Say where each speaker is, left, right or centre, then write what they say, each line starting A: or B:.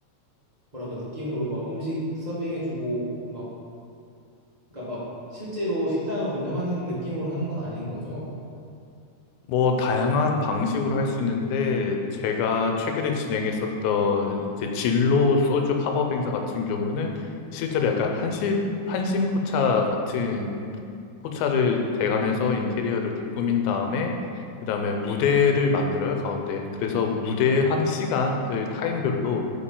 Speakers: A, on the right; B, on the left.
A: 뭐랄까 느낌으로 막 음식 서빙해주고 막 그러니까 막 실제로 식당을 운영하는 느낌으로 하는 건 아닌 거죠?
B: 뭐 다양한 방식으로 할 수 있는데 제가 최근에 진행했었던 이제 진로 소주 팝업 행사 같은 경우는 실제로 약간 한시 한심포차 같은 포차를 대관해서 인테리어를 다 꾸민 다음에 그다음에 무대를 만들어요, 가운데. 그래서 무대 하는 시간을 타임별로